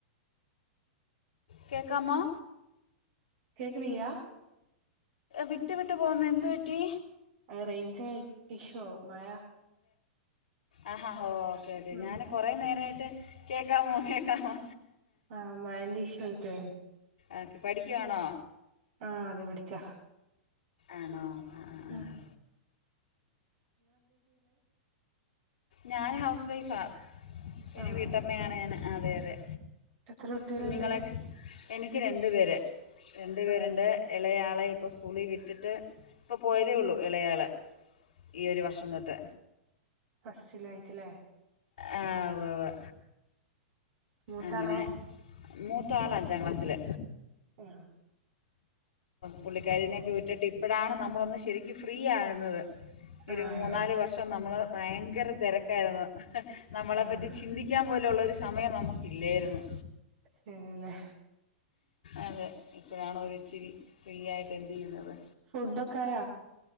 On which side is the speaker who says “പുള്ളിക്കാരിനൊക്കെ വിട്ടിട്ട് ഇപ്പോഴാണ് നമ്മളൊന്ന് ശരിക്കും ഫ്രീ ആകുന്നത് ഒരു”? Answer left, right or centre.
Left